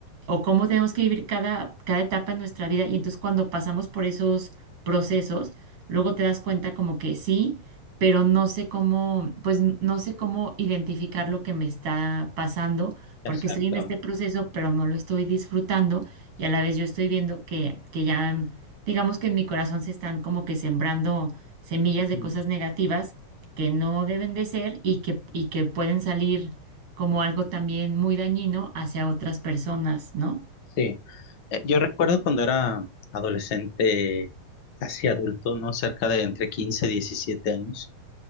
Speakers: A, on the right (about 45°); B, on the left (about 45°).
A: o cómo tenemos que vivir cada, cada etapa de nuestra vida. Y entonces cuando pasamos por esos procesos, luego te das cuenta como que sí, pero no sé cómo, pues no sé cómo identificar lo que me está pasando porque
B: Exacto.
A: estoy en este proceso, pero no lo estoy disfrutando y a la vez yo estoy viendo que, que ya, digamos que en mi corazón se están como que sembrando semillas
B: Ujú.
A: de cosas negativas que no deben de ser y que, y que pueden salir como algo también muy dañino hacia otras personas, ¿no?
B: Sí, Eh, yo recuerdo cuando era adolescente, casi adulto, ¿no? Cerca de entre 15 y 17 años.